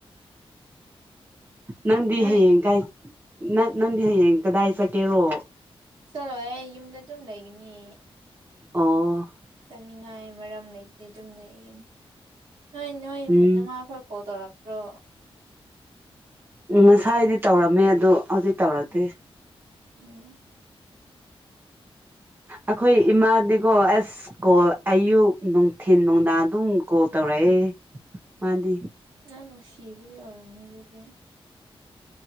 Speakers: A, on the right; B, on the right.
A: ꯅꯪꯗꯤ
B: ꯅꯣꯏ
A: ꯍꯌꯦꯡ ꯀꯥꯏ ꯅꯠ ꯅꯪꯗꯤ ꯍꯌꯦꯡ ꯀꯗꯥꯏ ꯆꯥꯀꯦꯔꯣ
B: ꯆꯠꯂꯣꯏꯍꯦ ꯌꯨꯝꯗ ꯑꯗꯨꯝ ꯂꯩꯒꯅꯤ
A: ꯑꯣ
B: ꯆꯠꯅꯤꯡꯉꯥꯏ ꯃꯔꯝ ꯂꯩꯇꯦ ꯑꯗꯨꯝ ꯂꯩꯒꯅꯤ ꯅꯣꯏ ꯅꯣꯏ
A: ꯎꯝ
B: ꯅꯃꯥꯈꯣꯏ ꯀꯣꯡ ꯇꯧꯔꯛꯇ꯭ꯔꯣ
A: ꯎꯝ ꯉꯁꯥꯏꯗꯤ ꯇꯧꯔꯝꯃꯦ ꯑꯗꯣ ꯍꯧꯖꯤꯛ ꯇꯧꯔꯛꯇꯦ
B: ꯎꯝ
A: ꯑꯈꯣꯏ ꯏꯃꯥꯗꯤꯀꯣ ꯑꯦꯁ ꯀꯣꯜ ꯑꯌꯨꯛ ꯅꯨꯡꯊꯤꯟ ꯅꯨꯡꯗꯥꯡ ꯑꯗꯨꯝ ꯀꯣꯜ ꯇꯧꯔꯛꯑꯦ ꯃꯥꯗꯤ
B: ꯅꯪ ꯅꯨꯡꯁꯤꯕꯒꯤ ꯑꯣꯏꯔꯝꯅꯤ ꯑꯗꯨꯗꯤ